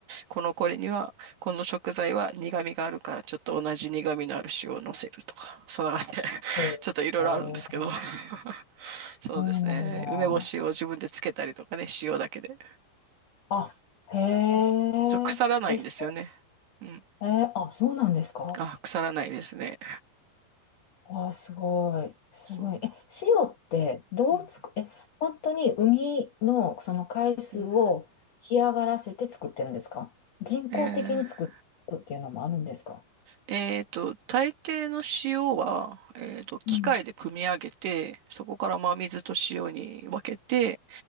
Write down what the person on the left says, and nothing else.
ええそ
うなんだ。
あ、へえ、
え、そ
えーあ、そうなんですか
わあ、すごい。すごい。
え、塩ってどうつく、
え、本当に海のその海水を干上がらせて作ってるんですか人工的に作るっていうのもあるんですか
うん、